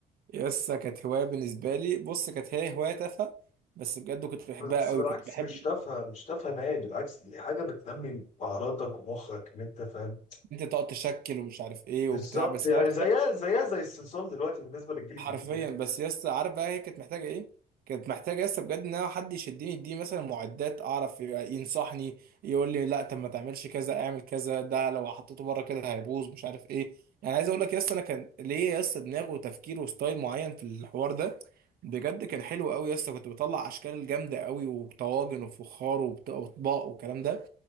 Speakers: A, on the right; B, on the left.
A: يس كانت هوايه بالنسبه لي بص كانت هي هوايه تافهه بس بجد كنت بحبها
B: بس بس
A: قوي
B: بالعكس
A: كنت بحب
B: مش
A: ان
B: تافهه مش تافهه نهائي بالعكس دي حاجه بتنمي مهاراتك ومخك ان انت فاهم
A: انت تقعد تشكل ومش عارف ايه
B: بالظبط
A: وبتاع بس
B: يعني
A: يس
B: زيها زيها زي الصلصال دلوقتي بالنسبه للجيل الجديد
A: حرفيا
B: يعني
A: بس يا اسطى عارف بقى هي كانت محتاجه ايه كانت محتاجه يا اسطى بجد ان انا حد يشدني يديني مثلا معدات اعرف ينصحني يقول لي لا طب ما تعملش كذا اعمل كذا ده لو حطيته بره كده هيبوظ مش عارف ايه يعني عايز اقول لك يا اسطى انا كان ليا يا اسطى دماغ وتفكير وستايل معين في الحوار ده بجد كان حلو قوي يا اسطى كنت بطلع اشكال جامده قوي وطواجن وفخار وبت- واطباق والكلام ده